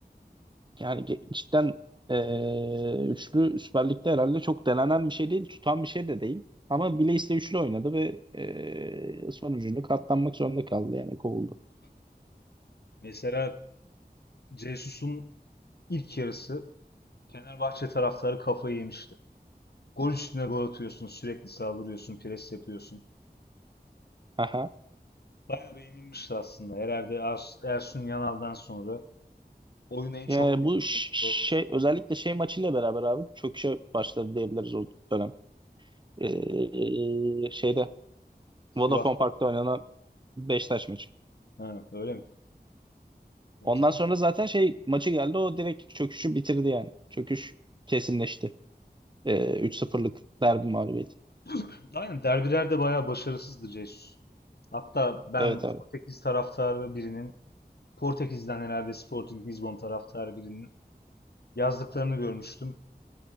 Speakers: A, on the right (about 30°); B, on the left (about 70°).
A: Yani ge- cidden e, üçlü Süper Lig'de herhalde çok denenen bir şey değil. Tutan bir şey de değil. Ama bile iste üçlü oynadı ve e, sonucunda katlanmak zorunda kaldı yani kovuldu.
B: Mesela Jesus'un ilk yarısı Fenerbahçe taraftarı kafayı yemişti. Gol üstüne gol atıyorsun, sürekli saldırıyorsun, pres yapıyorsun.
A: Aha.
B: Bayağı beğenilmişti aslında. Herhalde Ars- Ersun Yanal'dan sonra oyunu en
A: E,
B: çok beğenilen
A: bu ş- şey
B: olmuş.
A: özellikle şey maçıyla beraber abi çöküşe başladı diyebiliriz o dönem. Ee, şeyde Vodafone
B: Sivas'ta.
A: Park'ta oynanan Beşiktaş maçı.
B: Ha, öyle mi? Onu
A: Ondan
B: tam
A: sonra zaten şey maçı geldi o direkt çöküşü bitirdi yani. Çöküş kesinleşti. Ee, 3-0'lık derbi mağlubiyeti.
B: hatırlamıyorum. <clears throat> Aynen derbilerde bayağı başarısızdı Jesus. Hatta ben
A: Evet abi.
B: Portekiz taraftarı birinin, Portekiz'den herhalde Sporting Lisbon taraftarı birinin yazdıklarını görmüştüm.